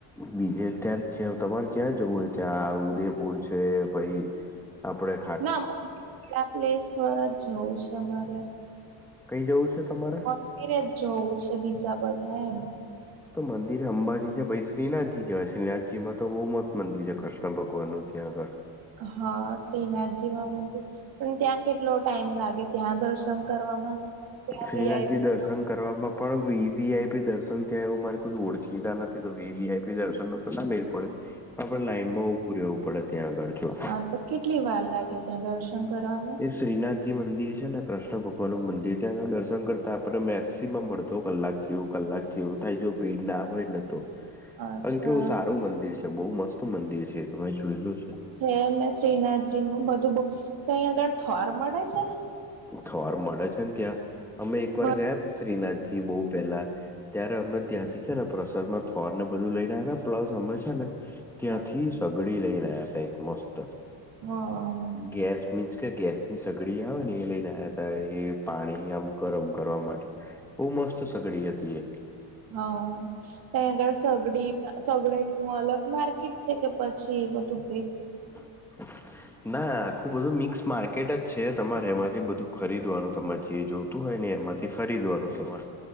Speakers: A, in the centre; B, on the right (about 55°).
A: બીજે ત્યાં તમારે ત્યાં જવું હોય ત્યાં આ ઉદેપુર છે પહિ આપડે
B: ના પ્લેસ પર જ જવું છે અમારે.
A: કઈ જવું છે તમારે
B: મંદિરે જ જવું છે બીજા બધા એમ
A: તો મંદિર અંબાજી છે પછી શ્રીનાથજી જવાય શ્રીનાથજીમાં તો બહુ મસ્ત મંદિર છે કૃષ્ણ ભગવાનનું ત્યાં આગળ
B: હા શ્રીનાથજીવા મંદિર પણ ત્યાં કેટલો ટાઈમ લાગે ત્યાં દર્શન કરવામાં ત્યાં
A: શ્રીનાથજી
B: વીઆઈપી
A: દર્શન કરવામાં પણ વી આઈપી દર્શન ત્યાં એવું મારે ઓળખીતા નથી તો વીઆઈપી દર્શન ના તો ના મેર પડે. હા પણ લાઈનમાં ઊભું રહેવું પડે ત્યાં આગળ જો
B: હા તો કેટલી વાર લાગે ત્યાં દર્શન કરવામાં
A: એ શ્રીના થજી મંદિર છે ને કૃષ્ણ ભગવાનનું મંદિર ત્યાં આગળ દર્શન કરતા આપણે મેક્સિમમ અડધો કલાક એવું કલાક જેવું થાય જો ભીડ ના હોય ને તો
B: અચ્છા
A: પણ કેવું સારું મંદિર છે બહુ મસ્ત મંદિર છે એતો મેં જોયલુ છે.
B: જે મેં શ્રીનાથજી નું બધું તો <unintelligible> તય આગળ થોર મળે છે
A: થોર મળે છે ને ત્યાં અમે
B: હ
A: એકવાર ગયાતા શ્રીનાથજી બહું પેલા ત્યારે અમે ત્યાંથી છે ને પ્રસાદમાં થોર ને બધું લઈને આયા પ્લસ અમે છે ને ત્યાંથી
B: હા
A: સગડી લઈ રહ્યા હતા એક મસ્ત
B: હા
A: ગેસ મીન્સ કે ગેસ ની સગડી આવે ને એ લઈને આયા હતા એ પાણી આમ ગરમ કરવા માટે બહું મસ્ત સગડી હતી એ
B: હા તઈ આગળ સગડી સગડીનું અલગ માર્કેટ છે કે પછી બધું ભે
A: <inaudible> ના આખું બધું મિક્સ માર્કેટ જ છે તમારે એમાંથી બધું ખરીદવાનું તમારે જે જોતું હોય ને એમાંથી ખરીદવાનું તમારે